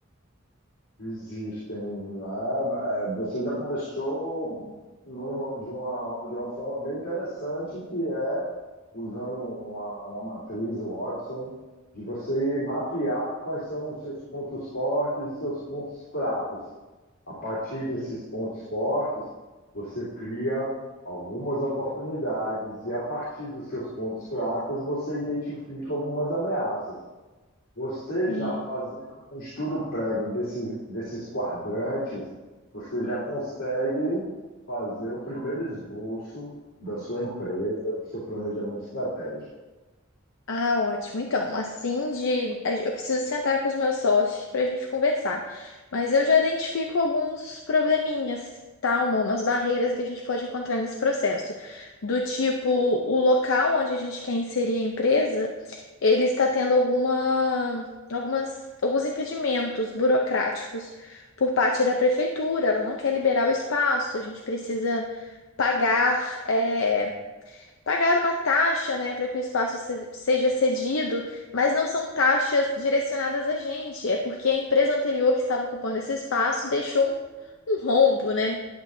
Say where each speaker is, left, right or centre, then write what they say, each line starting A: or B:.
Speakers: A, on the left; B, on the left.
A: existem, né? É, Você já começou num- de uma, de uma forma bem interessante que é usando uma, uma matriz Watson, de você mapear quais são os seus pontos fortes e seus pontos fracos. A partir desses pontos fortes, você cria algumas oportunidades, e a partir dos seus pontos fracos, você identifica algumas ameaças. Você
B: Sim.
A: já fazendo um estudo prévio desse, desses quadrantes, você já consegue fazer o primeiro esboço da sua empresa, do seu planejamento estratégico.
B: Ah, ótimo. Então, assim de. a gen- Eu preciso sentar com os meus sócios para a gente conversar. Mas eu já identifico alguns probleminhas, tá? Uma- Umas barreiras que a gente pode encontrar nesse processo. Do tipo, o local onde a gente quer inserir a empresa, ele está tendo alguma, algumas, alguns impedimentos burocráticos por parte da prefeitura. Ela não quer liberar o espaço, a gente precisa pagar. eh, pagar uma taxa, né, para que o espaço se- seja cedido, mas não são taxas direcionadas a gente, é porque a empresa anterior que estava ocupando esse espaço deixou um, um rombo, né?